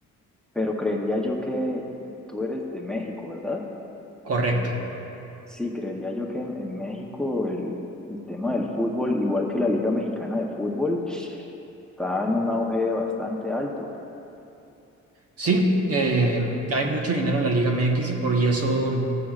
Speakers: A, in the centre; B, on the right.
A: pero creería yo que tú eres de México, ¿verdad?
B: Correcto.
A: Sí, creería yo que en, en México el, el tema del fútbol, igual que la Liga Mexicana de Fútbol, está en un auge bastante alto.
B: Sí, eh, hay mucho dinero en la Liga MX y por y eso